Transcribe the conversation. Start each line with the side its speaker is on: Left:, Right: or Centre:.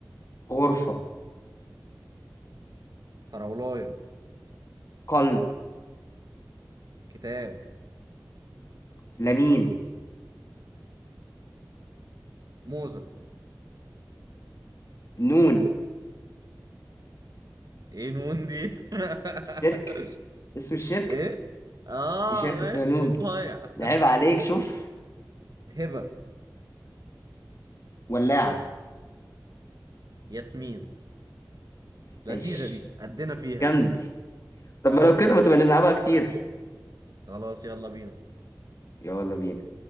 Left: غرفة
Right: فراولاية
Left: قلب
Right: كتاب
Left: لمين
Right: موزة
Left: نون
Right: ايه نون دي <laughs>
Left: شركة اسم الشركة
Right: ايه اه
Left: في شركة
Right: ماشي
Left: اسمها نون
Right: صايع
Left: ده عيب عليك شوف
Right: <laughs> هبة
Left: ولاعة
Right: ياسمين لذيذة
Left: ماشي
Right: دي قدنا فيها
Left: جامدة دي طب
Right: اه
Left: ما لو كده ما تبقى نلعبها كتير
Right: خلاص يلا بينا
Left: يلا بينا